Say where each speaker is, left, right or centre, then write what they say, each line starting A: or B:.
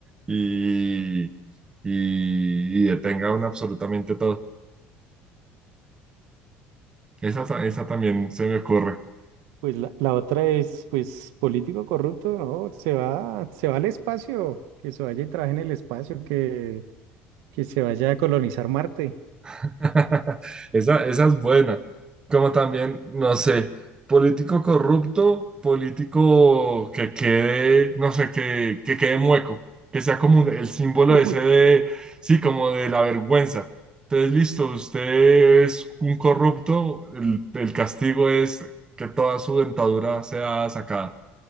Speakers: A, on the right (about 15°); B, on the right (about 80°).
A: y y, y detengan absolutamente todo. Esa, ta- esa también se me ocurre.
B: Pues la, la otra es, pues, político corrupto, ¿no? Se va, se va al espacio, que se vaya y trabaje en el espacio, que, que se vaya a colonizar Marte.
A: <laughs> Esa, esa es buena. Como también, no sé, político corrupto, político que quede, no sé, que, que quede mueco, que sea como un- el símbolo
B: <laughs>
A: ese
B: Uy,
A: de, sí, como de la vergüenza. Entonces, listo, usted es un corrupto, el, el castigo es que toda su dentadura sea sacada